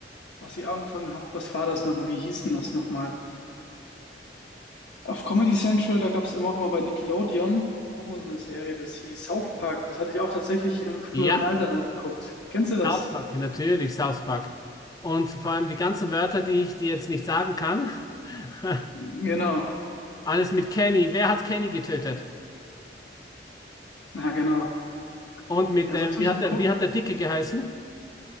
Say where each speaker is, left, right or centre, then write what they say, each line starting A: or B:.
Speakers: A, on the left; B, on the left.
A: was ich angefangen habe, was war das nochmal? Wie hieß denn das nochmal? Auf Comedy Central, da gab es immer auch immer bei Nickelodeon auch mal so eine Serie, das hieß South Park. Das hatte ich auch tatsächlich im früheren
B: Ja,
A: Alter dann geguckt. Kennst du das?
B: South Park, natürlich South Park. Und vor allem die ganzen Wörter, die ich dir jetzt nicht sagen kann. <laughs>
A: Genau.
B: Alles mit Kenny. Wer hat Kenny getötet?
A: Ja, genau.
B: Und mit
A: Ja,
B: dem,
A: sonst habe
B: wie
A: ich
B: hat
A: geguckt.
B: der, wie hat der Dicke geheißen?